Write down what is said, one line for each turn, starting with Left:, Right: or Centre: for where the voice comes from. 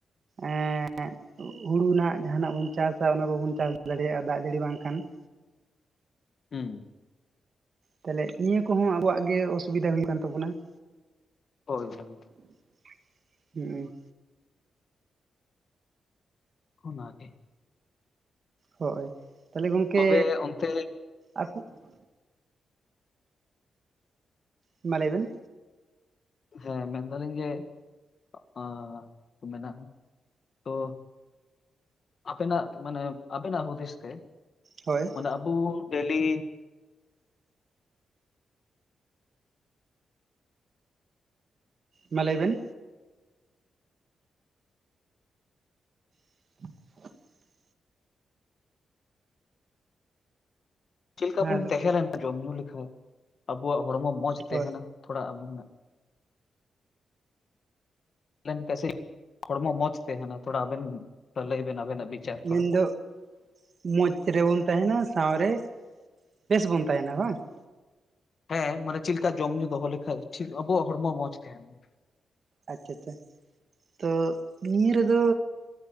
Right: ᱮᱸ <inaudible> ᱦᱩᱲᱩ ᱨᱮᱱᱟᱜ ᱡᱟᱦᱟᱱᱟᱜ ᱵᱚᱱ ᱪᱟᱥᱟ ᱚᱱᱟ ᱵᱟᱵᱚᱱ ᱪᱟᱥ ᱫᱟᱲᱮᱭᱟᱜᱼᱟ ᱫᱟᱜ ᱡᱟᱹᱲᱤ ᱵᱟᱝᱠᱷᱟᱱ ᱾
Left: ᱦᱩᱸ
Right: ᱛᱟᱦᱚᱞᱮ ᱱᱤᱭᱟᱹ ᱠᱚᱦᱚᱸ ᱟᱵᱚᱣᱟᱜ ᱜᱮ ᱚᱥᱩᱵᱤᱫᱟ ᱦᱩᱭᱩᱜ ᱠᱟᱱ ᱛᱟᱵᱚᱱᱟ ᱾
Left: ᱦᱳᱭ ᱦᱮᱸ
Right: <unintelligible> ᱦᱮᱸ
Left: ᱚᱱᱟ ᱜᱮ
Right: ᱦᱳᱭ ᱛᱟᱦᱚᱞᱮ ᱜᱚᱝᱠᱮ
Left: ᱛᱚᱵᱮ ᱚᱱᱛᱮ
Right: ᱟ <unintelligible> ᱢᱟ ᱞᱟᱹᱭᱵᱮᱱ
Left: ᱦᱮᱸ ᱢᱮᱱᱫᱟᱞᱤᱧ ᱡᱮ ᱦᱚᱼᱚ ᱢᱮᱱᱟ᱾ ᱛᱚ ᱟᱯᱮᱱᱟᱜ ᱢᱟᱱᱮ ᱟᱵᱮᱱᱟᱜ ᱦᱩᱫᱤᱥ ᱛᱮ?
Right: ᱦᱳᱭ
Left: ᱟᱵᱚ ᱰᱮᱞᱤ
Right: ᱢᱟ ᱞᱟᱹᱭ ᱵᱮᱱ <unintelligible>
Left: ᱪᱮᱫ ᱞᱮᱠᱟ
Right: ᱦᱮᱸ
Left: ᱵᱚᱱ ᱛᱟᱦᱮᱸ ᱞᱮᱱ ᱠᱷ ᱡᱚᱢ ᱧᱩ ᱞᱮᱠᱷᱷᱟ ᱟᱵᱚᱣᱟᱜ ᱦᱚᱲᱢᱚ ᱢᱚᱸᱡᱽ ᱛᱟᱦᱮᱱᱟ
Right: ᱦᱳᱭ
Left: ᱛᱷᱚᱲᱟ ᱟᱵᱚ <inaudible> ᱠᱷᱟᱱ ᱥᱮ ᱦᱚᱲᱢᱚ ᱢᱚᱡᱽ ᱛᱟᱦᱮᱱᱟ ᱛᱷᱚᱲᱟ ᱟᱵᱮᱱ ᱞᱟᱹᱭ ᱵᱮᱱ ᱟᱵᱮᱱᱟᱜ ᱵᱤᱪᱟᱨ
Right: ᱢᱮᱱ
Left: ᱛᱷᱚᱲᱟ
Right: ᱫᱚ <unintelligible> ᱢᱚᱸᱡᱽ ᱨᱮᱵᱚᱱ ᱛᱟᱦᱮᱱᱟ ᱥᱟᱶ ᱨᱮ ᱵᱮᱥ ᱵᱚᱱ ᱛᱟᱦᱮᱱᱟ ᱵᱟᱝ ᱾
Left: ᱦᱮᱸ ᱢᱟᱱᱮ ᱪᱮᱫ ᱞᱮᱠᱟ ᱡᱚᱢ ᱧᱩ ᱫᱚᱦᱚ ᱞᱮᱠᱷᱟᱡ ᱟᱵᱚᱣᱟᱜ ᱦᱚᱲᱢᱚ ᱢᱚᱸᱡᱽ ᱛᱟᱦᱮᱱᱟ ᱾
Right: ᱟᱪᱪᱷᱟ ᱟᱪᱪᱷᱟ ᱛᱚ ᱱᱤᱭᱟᱹ ᱨᱮᱫᱚ